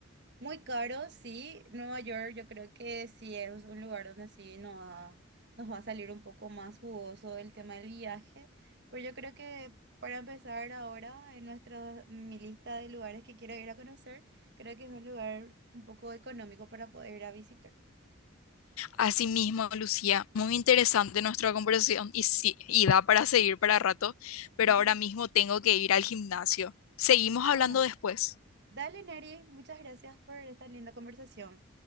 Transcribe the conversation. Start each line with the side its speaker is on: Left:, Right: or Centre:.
Right: muy caro, sí, Nueva York yo creo que sí es un lugar donde sí nos va, nos va a salir un poco más jugoso el tema del viaje, pero yo creo que para empezar ahora en nuestra, mi lista de lugares que quiero ir a conocer, creo que es un lugar un poco económico para poder ir a visitar.
Left: Asimismo, Lucía, muy interesante nuestra conversación y sí, y da para seguir para rato, pero
Right: Ujú.
Left: ahora mismo tengo que ir al gimnasio. Seguimos
Right: Ah,
Left: hablando después.
Right: dale, Neri, muchas gracias por esta linda conversación.